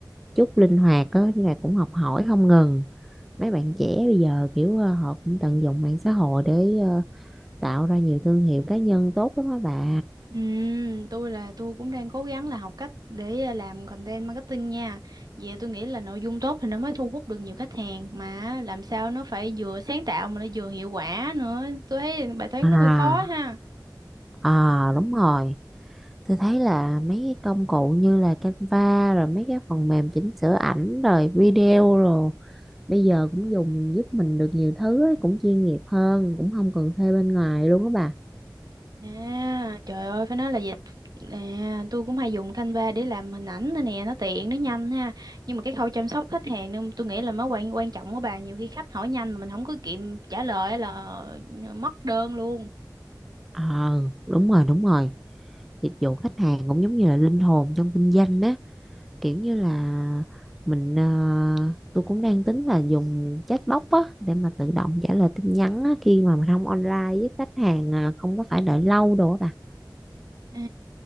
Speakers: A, in the centre; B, on the right.
A: chút linh hoạt á nhưng mà cũng học hỏi không ngừng mấy bạn trẻ bây giờ kiểu ờ, họ cũng tận dụng mạng xã hội để ờ, tạo ra nhiều thương hiệu cá nhân tốt lắm á bà
B: Ừ, tôi là tôi cũng đang cố gắng là học cách để à, làm content marketing nha. Vì tôi nghĩ là nội dung tốt thì nó mới thu hút được nhiều khách hàng mà làm sao nó phải vừa sáng tạo mà nó vừa hiệu quả nữa. Tôi thấy bài toán
A: à
B: nó hơi khó ha.
A: à đúng rồi Tôi thấy là mấy cái công cụ như là Canva rồi mấy cái phần mềm chỉnh sửa ảnh rồi video rồi bây giờ cũng dùng giúp mình được nhiều thứ ấy, cũng chuyên nghiệp hơn cũng không cần thuê bên ngoài luôn á bà.
B: À, trời ơi, phải nói là dịch à, tôi cũng hay dùng Canva để làm hình ảnh nữa nè, nó tiện, nó nhanh ha. Nhưng mà cái khâu chăm sóc khách hàng nên tôi nghĩ là mới quan quan trọng của bà, nhiều khi khách hỏi nhanh mà mình không có kịp trả lời á là ờ, mất đơn luôn.
A: Ờ đúng rồi đúng rồi dịch vụ khách hàng cũng giống như là linh hồn trong kinh doanh á kiểu như là mình ờ, tôi cũng đang tính là dùng chatbot á để mà tự động trả lời tin nhắn á khi mà mình không online với khách hàng à, không có phải đợi lâu đồ á bà
B: À,